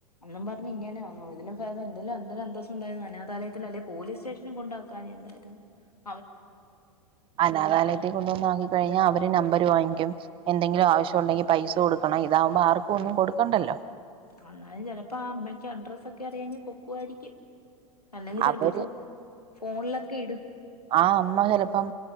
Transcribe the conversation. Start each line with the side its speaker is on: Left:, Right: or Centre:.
Left: എന്നും പറഞ്ഞ് ഇങ്ങനാന്നോ ഇതിലും ഭേദം ഇതിലും എന്തൊരു അന്തസുണ്ടായിരുന്ന് അനാഥാലയത്തില് അല്ലെ പോലീസ് സ്റ്റേഷനില് കൊണ്ടാക്കാഞ്ഞെ എന്താർ <unintelligible>
Right: അനാഥാലയ ത്തി കൊണ്ടോന്നാക്കി കഴിഞ്ഞാ അവര് നമ്പര് വാങ്ങിക്കും എന്തെങ്കിലും ആവശ്യോണ്ടെങ്കി പൈസ കൊടുക്കണം ഇതാവുമ്പോ ആർ ക്കും ഒന്നും കൊടുക്കണ്ടല്ലോ
Left: അന്നാലും ചെലപ്പോ ആ അമ്മക്ക് അഡ്രസ്സ് ഒക്കെ അറിയാങ്കി പൊക്കുവായിരിക്കും അല്ലെങ്കി ചെലപ്പോ
Right: അവര്
Left: ഫോ ഫോണിലൊക്കെ ഇടുംൾ
Right: ആഹ് അമ്മ ചെലപ്പം